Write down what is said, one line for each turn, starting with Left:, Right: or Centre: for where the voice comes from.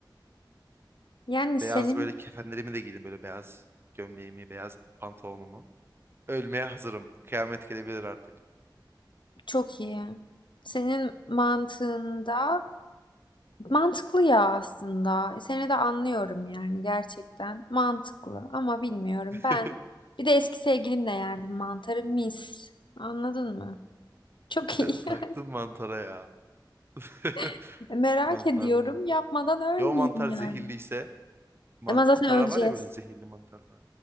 Left: Yani senin
Right: Beyaz böyle kefenlerimi de giydim böyle beyaz gömleğimi, beyaz pantolonumu. Ölmeye hazırım. Kıyamet gelebilir artık.
Left: çok iyi. Senin mantığında mantıklı ya aslında. Seni de anlıyorum yani gerçekten. Mantıklı ama bilmiyorum.
Right: <laughs>
Left: Ben bir de eski sevgilimle yerdim mantarı mis. Anladın mı? Çok
Right: Sen
Left: iyi
Right: taktın
Left: yani.
Right: mantara ya. <laughs>
Left: <laughs> E, Merak
Right: Mantar
Left: ediyorum.
Right: mantar.
Left: Yapmadan ölmeyeyim
Right: Ya o mantar
Left: yani.
Right: zehirliyse mantarlar
Left: Ama zaten öleceğiz.
Right: var ya böyle zehirli mantarlar.